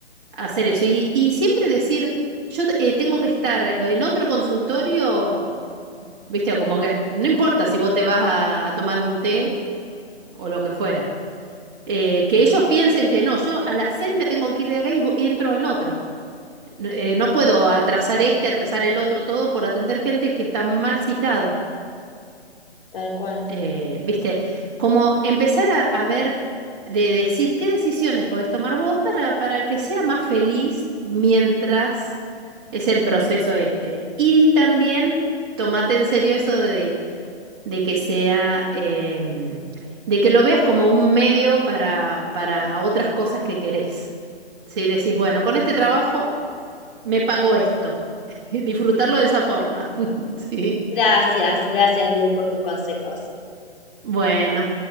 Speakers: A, on the right (about 20°); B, on the left (about 55°).
A: hacer eso. Y, y siempre decir, yo eh, tengo que estar eh, en otro consultorio, viste, como que no importa si vos te vas a, a tomar un té o lo que fuera. Eh, que ellos piensen que no, yo a las seis me tengo que ir de acá y, vo- y entro en otro. No, eh, no puedo atrasar este, atrasar el otro, todo por atender gente que está mal citada.
B: tal cual.
A: Eh, viste, como empezar a, a ver, de decir qué decisiones podés tomar vos para, para que sea más feliz mientras Es el proceso este. Y también tomate en serio eso de, de que sea, em, de que lo veas como un medio para, para otras cosas que querés. Si decís, bueno, con este trabajo me pago esto. <laughs> Y disfrutarlo de esa forma. <laughs> Sí.
B: Gracias, gracias Lu por tus consejos.
A: Bueno,